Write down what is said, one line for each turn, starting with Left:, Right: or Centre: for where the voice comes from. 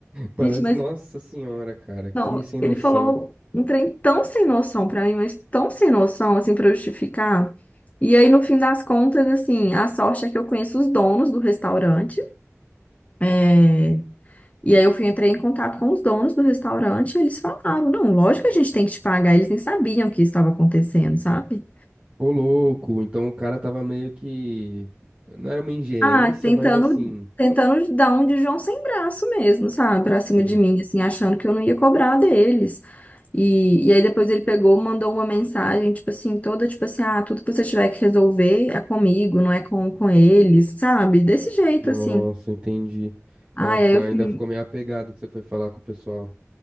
Right: Parece.
Left: Gente, mas
Right: Nossa senhora, cara, que
Left: Não,
Right: sem
Left: ele
Right: noção.
Left: falou um trem tão sem noção pra mim, mas tão sem noção, assim, pra justificar. E aí, no fim das contas, assim, a sorte é que eu conheço os donos do restaurante. É, E aí eu fui, entrei em contato com os donos do restaurante e eles falaram, não, lógico que a gente tem que te pagar. Eles nem sabiam o que estava acontecendo, sabe?
Right: Ô, louco. Então o cara tava meio que. Não era uma ingerência,
Left: Ah, tentando,
Right: mas assim.
Left: tentando dar um de João sem braço mesmo, sabe? Pra
Right: Sim.
Left: cima de mim, assim, achando que eu não ia cobrar deles. E, e aí depois ele pegou, mandou uma mensagem, tipo assim, toda, tipo assim, ah, tudo que você tiver que resolver é comigo, não é com, com eles, sabe? Desse jeito,
Right: Nossa,
Left: assim.
Right: entendi.
Left: Ah,
Right: Ah, ficou...
Left: e aí eu
Right: Ainda
Left: fui,
Right: ficou meio apegado que você foi falar com o pessoal.